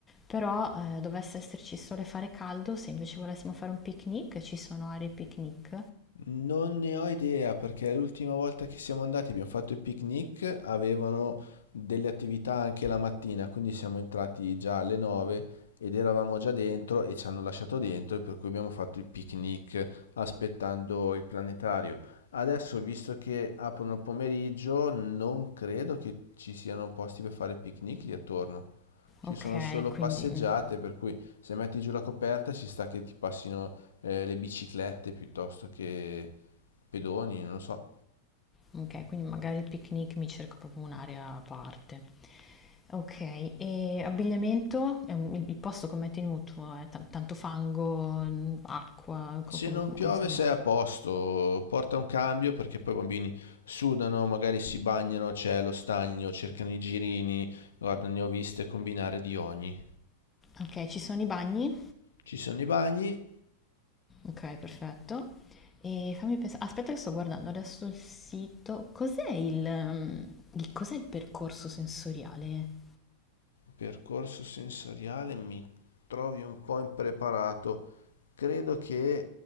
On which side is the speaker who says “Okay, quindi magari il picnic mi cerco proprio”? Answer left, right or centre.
Left